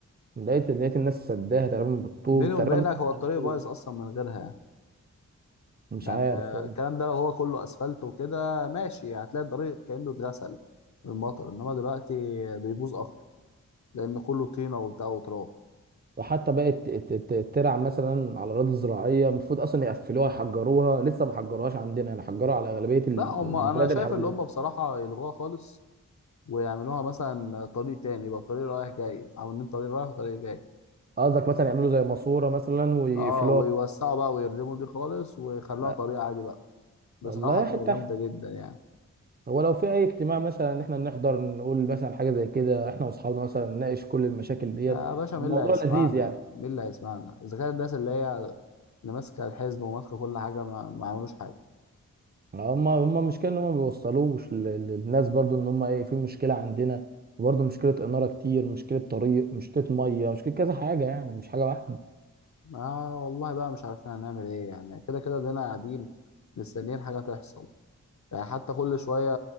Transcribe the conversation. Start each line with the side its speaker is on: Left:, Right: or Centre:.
Right: لقيت لقيت الناس سداها تقريبا بالطوب
Left: بيني وبينك
Right: تقريبا لسه
Left: هو الطريق
Right: مخلصوه
Left: بايظ أصلا من غيرها يعني.
Right: مش
Left: يعني
Right: عارف
Left: آه، الكلام ده لو هو كله اسفلت وكده ماشي هتلاقي الطريق كانه اتغسل من المطر انما دلوقتي بيبوظ اكتر لان كله طينه وبتاع وتراب
Right: وحتى بقت ت- ت- ت- ترع مثلا على الأراضي الزراعية المفروض أصلا يقفلوها يحجروها لسه ما حجروهاش عندنا يعني حجروها على أغلبية ال-
Left: لا هم
Right: البلاد
Left: انا شايف
Right: اللي حوالينا
Left: اللي هم بصراحه يلغوها خالص ويعملوها مثلا طريق تاني يبقى الطريق رايح جاي عاملين طريق رايح وطريق جاي
Right: قصدك مثلا يعملوا زي ماسورة مثلا ويقفلوها
Left: اه ويوسعوا بقى ويردموا دي خالص ويخلوها
Right: لا،
Left: طريق عادي بقى بصراحه
Right: والله
Left: هتبقى
Right: حتة
Left: جامده جدا يعني
Right: هو لو في اي اجتماع مثلا ان احنا نحضر نقول مثلا حاجه زي كده احنا واصحابنا مثلا نناقش كل المشاكل ديت
Left: يا باشا مين
Right: الموضوع
Left: اللي هيسمعنا
Right: لذيذ يعني
Left: مين اللي هيسمعنا اذا كان الناس اللي هي اللي ماسكه الحزب وماسكه كل حاجه ما, ما عملوش حاجه
Right: هم هم المشكله ان هم ما بيوصلوش لل- للناس برضو ان هم ايه في مشكله عندنا وبرضو مشكله اناره كتير مشكله طريق مشكله ميه مشكله كذا حاجه يعني مش حاجه واحده
Left: اه والله بقى مش عارفين هنعمل ايه يعني كده كده دينا قاعدين مستنيين حاجة تحصل يعني حتى كل شوية